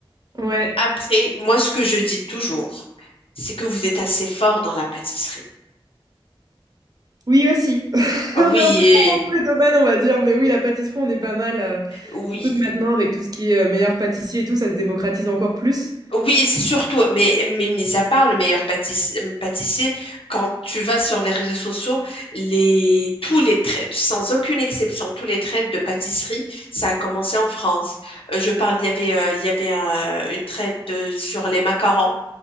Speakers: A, on the right; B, on the left.
A: Ouais.
B: Après, moi, ce que je dis toujours, c'est que vous êtes assez fort dans la pâtisserie.
A: Oui aussi. <laughs>
B: Oui,
A: On est un peu
B: et-
A: fort dans tous les domaines, on va dire, mais oui, la pâtisserie, on est pas mal. euh,
B: oui,
A: surtout que maintenant, avec tout ce qui est euh, meilleur pâtissier et tout, ça se démocratise encore plus.
B: oui, c'est surtout, mais, mais mis à part le meilleur pâtiss- pâtissier, quand tu vas sur les réseaux sociaux, les, tous les traits, sans aucune exception, tous les trends de pâtisserie, ça a commencé en France. Euh, Je parle, il y avait, euh, il y avait euh, une trend de- sur les macarons.